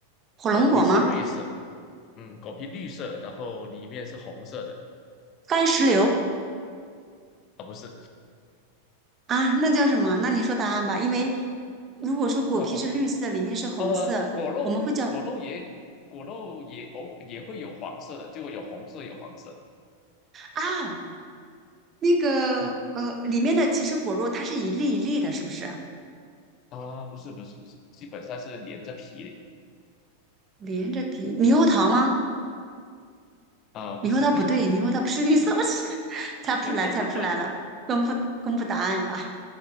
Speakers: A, on the right; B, on the left.
A: 火龙果吗？
B: 果皮是绿色，嗯，果皮绿色，然后里面是红色的
A: 番石榴
B: 啊，不是，
A: 啊，那叫什么？那你说答案吧，因为如果说果皮是绿色，
B: <laughs> 哈哈，
A: 里面是红色，
B: 呃，果肉果肉也果肉也哦也会有黄色的，
A: 我们会叫
B: 就有红色有黄色，
A: 啊那个呃里面的其实果肉它是一粒一粒的，
B: 啊
A: 是不是？
B: 啊，不是不是不是，基本上是连着皮
A: 连着皮猕猴桃吗？
B: 啊，
A: 你说它不对，
B: 不是，
A: 你说它不是绿色，我是 <laughs> 猜不出来，
B: <laughs>
A: 猜不出来了，公布公布答案吧。